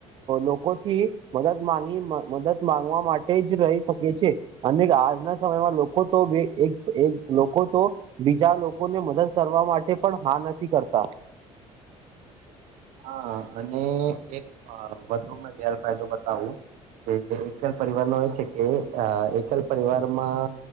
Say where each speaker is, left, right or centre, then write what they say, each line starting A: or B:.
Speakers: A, on the right (about 40°); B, on the right (about 70°).
A: લોકોથી મદદ માંગી મદદ માંગવા માટે જ રહી શકે છે, અને આજના સમયમાં લોકો તો બે એક લોકો તો બીજા લોકોને મદદ કરવા મા તે પણ હા નથી કરતા
B: હા અને એક વધુ મે ગેરફાયદો બતાવું કે એકલ પરિવારનો છે, કે આ એકલ પરિવારમાં